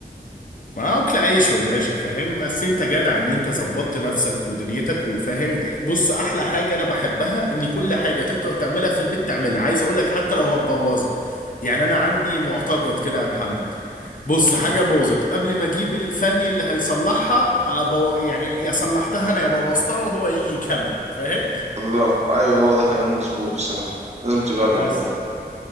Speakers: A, on the left; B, on the right.
A: ما اكل عيش يا باشا فاهم بس انت جدع ان انت ظبطت نفسك ودنيتك وفاهم بص احلى حاجه انا بحبها ان كل حاجه تقدر تعملها في البيت تعملها عايز اقول لك حتى لو هتبوظها يعني انا عندي معتقد كده يا محمد بص حاجه باظت قبل ما اجيب الفني اللي هيصلحها أبو يعني يا صلحتها انا يا بوظتها وهو يجي يكمل فاهم
B: الله ايوه هو ده كلام مظبوط بصراحة لازم تجرب
A: بس
B: برضه